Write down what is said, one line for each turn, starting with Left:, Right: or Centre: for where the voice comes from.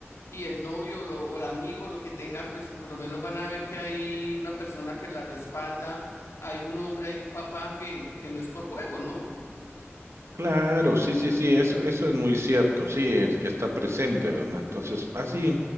Left: y el novio lo- o el amigo, lo que tengan, pues por lo menos van a ver que hay una persona que la respalda, hay un hombre, hay un papá que, que no es por juego, ¿no?
Right: Claro, sí, sí, sí, eso, eso es muy cierto, sí, el que está presente, ¿verdad? Entonces, así